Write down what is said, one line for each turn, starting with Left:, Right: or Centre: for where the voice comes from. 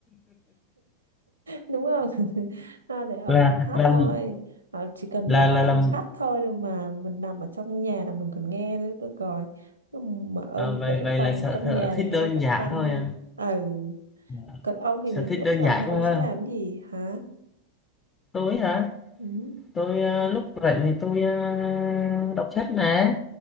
Right: đúng không <laughs> à, để ở
Left: là
Right: phòng khách
Left: là
Right: thôi à, chỉ cần
Left: là
Right: mở
Left: là
Right: phòng
Left: làm
Right: khách thôi rồi mà mình nằm ở trong nhà là mình còn nghe nữa tôi coi Chứ mở
Left: À, vậy
Right: để
Left: vậy
Right: phòng
Left: là sở,
Right: trong
Left: sở
Right: nhà
Left: thích
Right: là nghe
Left: đơn
Right: chắc
Left: giản
Right: banh
Left: thôi
Right: luôn
Left: à.
Right: ừ
Left: À,
Right: còn ông thì
Left: Sở
Right: những
Left: thích
Right: lúc
Left: đơn
Right: rảnh
Left: giản
Right: thì ông
Left: quá ha.
Right: sẽ làm gì hả
Left: Tôi hả?
Right: ừ.
Left: Tôi ờ, lúc rảnh thì tôi ờ, đọc sách nè.